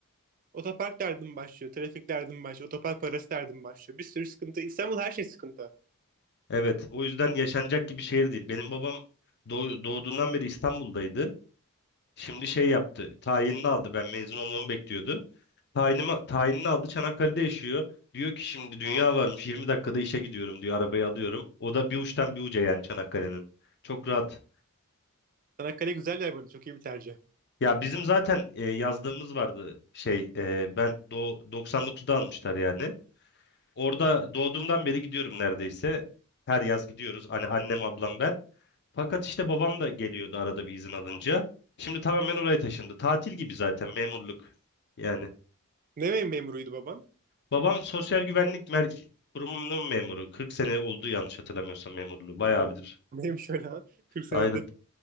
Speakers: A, on the right (about 40°); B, on the left (about 50°).
A: Otopark derdim başlıyor. Trafik derdim başlıyor. Otopark parası derdim başlıyor. Bir sürü sıkıntı. İstanbul her şey sıkıntı.
B: Evet o yüzden yaşanacak gibi şehir değil. Benim babam doğ- doğduğundan beri İstanbul'daydı. Şimdi şey yaptı. Tayinini aldı. Ben mezun olmamı bekliyordu. Tayinimi, tayinini aldı. Çanakkale'de yaşıyor. Diyor ki şimdi dünya varmış. 20 dakikada işe gidiyorum diyor. Arabayı alıyorum. O da bir uçtan bir uca yani Çanakkale'nin. Çok rahat.
A: Çanakkale güzel yer böyle. Çok iyi bir tercih.
B: Ya bizim zaten e, yazdığımız vardı şey e, ben do 99'da almışlar yani. Orada doğduğumdan beri gidiyorum neredeyse. Her yaz gidiyoruz. Hani annem, ablam, ben. Fakat işte babam da geliyordu arada bir izin alınca. Şimdi tamamen oraya taşındı. Tatil gibi zaten memurluk. Yani
A: Ne mem- memuruydu babam?
B: babam Sosyal Güvenlik Mer Kurumu'nun memuru. 40 sene oldu yanlış hatırlamıyorsam memurluğu. Bayağı
A: O
B: bilir.
A: <laughs> neymiş öyle ha? 40 senedir.
B: Aynen.